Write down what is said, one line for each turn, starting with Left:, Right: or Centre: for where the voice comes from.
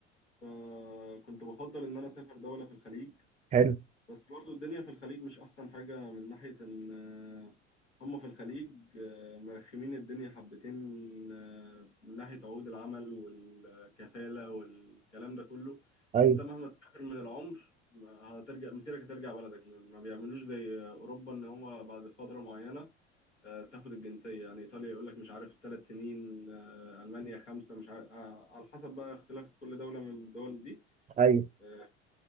Left: فكنت بفضل إن أنا أسافر دولة في الخليج
Right: حلو
Left: بس برضو الدنيا في الخليج مش أحسن حاجة من ناحية إن آه، هم في الخليج آه، مرخمين الدنيا حبتين آه، من ناحية عقود العمل والكفالة والكلام ده كله
Right: ايوه
Left: أنت مهما تسافر من العمر ما هترجع مسيرك هترجع بلدك ما ما بيعملوش زي أوروبا إن هم بعد فترة معينة آه، تاخد الجنسية يعني إيطاليا يقول لك مش عارف ثلاث سنين آه، ألمانيا خمسة مش عارف آه، على حسب بقى اختلاف كل دولة من الدول دي
Right: ايوه
Left: آه،